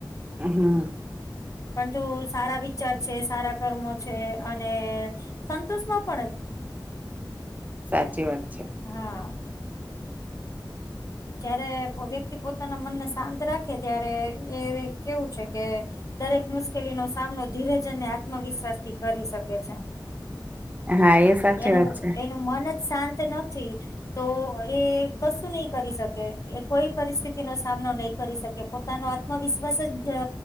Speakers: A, on the right (about 20°); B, on the left (about 45°).
A: હા
B: પણ તું સારા વિચાર છે સારા કર્મો છે અને સંતોષમાં પણય
A: સાચી વાત છે.
B: હા જયારે વ્યક્તિ પોતાના મનને શાંત રાખે ત્યારે એ કેવું છે કે દરેક મુશ્કેલી નો સામનો ધીરજને આત્મવિશ્વાસ થી કરી શકે છે.
A: હા એ સાચી
B: એનું
A: વાત છે
B: એનું મન જ શાંત ન તો એ કશું નહ કરી શકે એ કોઈ પરિસ્થિતિ નો સામનો નહીં કરી શકે પોતાનો આત્મવિશ્વાસ જ